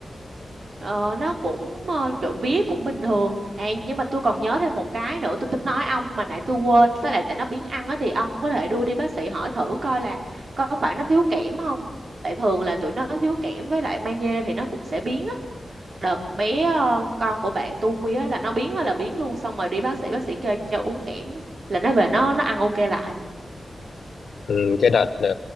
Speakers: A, on the right; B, on the left.
A: Ờ, nó cũng ờ, trộm vía cũng bình thường à, nhưng mà tôi còn nhớ thêm một cái nữa tôi tính nói ông mà nãy tôi quên Với lại tại nó biến ăn á thì ông có thể đưa đi bác sĩ hỏi thử coi là có phải nó thiếu kẽm không tại thường là tụi nó thiếu kẽm với lại magie thì nó cũng sẽ biến đợt bé ờ, con của bạn tôi á là nó biến á là biến luôn xong rồi đi bác sĩ bác sĩ kê cho uống kẽm á, là nó về nó nó ăn ok lại
B: Ừ, cái đợt ờ,